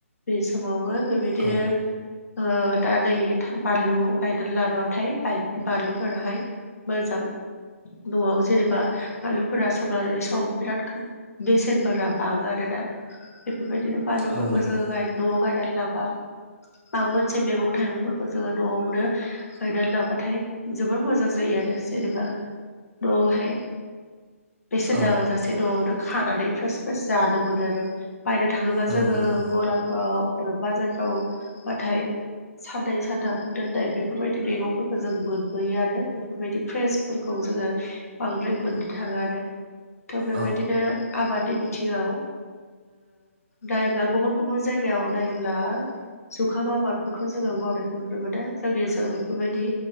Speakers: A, on the left; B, on the right.
A: बे समावबो बेबायदिनो
B: औ
A: ओ दा नै बानलु गायनानै लाबाथाय बाय बानलुफोराहाय मोजां न'आव जेनेबा बानलुफोरा सम लानानै सम बिराद बेसेनफोरा बाङो आरो ना बेफोरबायदिनो बानलुफोरखौ
B: औ नंगौ
A: जोङो गाय नआव गायनानै लाबा माबा मोनसे मैगं थाइगंफोरखौ जोङो नआवनो गायनानै लाबाथाय जबोर मोजां जायो आरो जेनेबा न' मफ्राय बेसेन
B: औ
A: नाङा जाासे न'आवनो खानानै फार्स्ट फार्स्ट जानो मोनो आरो बायनो थाङोब्ला
B: औ
A: जोङो
B: नंगौ
A: गलाफ्राव एबा बाजारफ्रावबाथाय सान्दै सान्थाम दोननाय बेफोरबायदि मैगंफोरखौ जों मोनबोयो आरो बेफोरबायदि फ्रेस फोरखौ जोङो बांद्राय मोननो थाङो आरो थ' बेबायदिनो
B: औ
A: आबादनि बिथिङाव नाय्ला गुबुन गुबुन जायगायाव नाय्ला जुखाम आबादफोरखौ जोङो मावनायखौ नुनो मोनो जोंनि ओनसोलाव बेफोरबायदि